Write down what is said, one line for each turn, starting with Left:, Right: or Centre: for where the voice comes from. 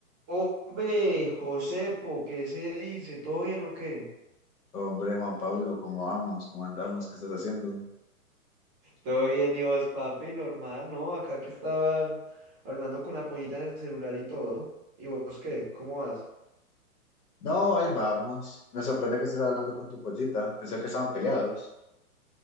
Right: Hombre, Josepo, ¿qué se dice? ¿Todo bien o qué?
Left: Hombre, Juan Pablo, ¿cómo vamos? ¿Cómo andamos? ¿Qué estás haciendo?
Right: Todo bien, y vos, papi, normal, ¿no? Acá que estaba hablando con la pollita en el celular y todo. ¿Y vos qué? ¿Cómo vas?
Left: No, ahí vamos. Me sorprende que estés hablando con tu pollita. Pensé que estaban peleados.